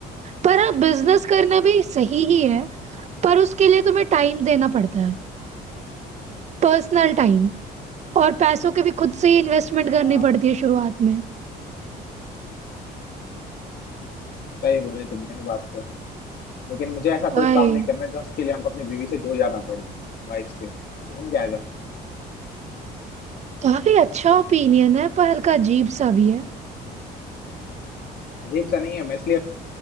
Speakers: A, on the right (about 40°); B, on the left (about 65°).
A: पर हाँ बिजनेस करना भी सही ही है पर उसके लिए तुम्हें टाइम देना पड़ता है पर्सनल टाइम और पैसों के भी खुद से ही इन्वेस्टमेंट करनी
B: हाँ
A: पड़ती है शुरुआत में
B: सही बोले तुमने ये बात तो लेकिन मुझे ऐसा
A: वही
B: कोई काम नहीं करना है जो उसके लिए हमको अपनी बीवी से जुड़ जाना पड़े वाइफ से तो उन जाएगा
A: काफी अच्छा ओपिनियन है पर हल्का अजीब सा भी है
B: अजीब सा नहीं है मैं इसलिए